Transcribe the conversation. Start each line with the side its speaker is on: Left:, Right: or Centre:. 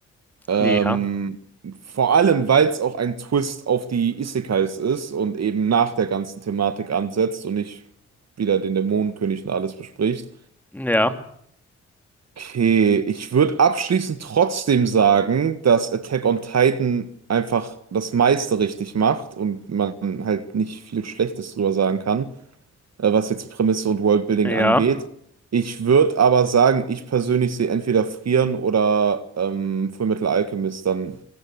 Right: Ähm,
Centre: ja,
Right: vor allem, weil es auch ein Twist auf die Isekais ist und eben nach der ganzen Thematik ansetzt und nicht wieder den Dämonenkönig und alles bespricht.
Centre: ja,
Right: Okay, ich würde abschließend trotzdem sagen, dass Attack on Titan einfach das meiste richtig macht und man halt nicht viel Schlechtes drüber sagen kann, äh, was jetzt Prämisse und Worldbuilding
Centre: ja.
Right: angeht. Ich würde aber sagen, ich persönlich sehe entweder Frieren oder ähm, Fullmetal Alchemist dann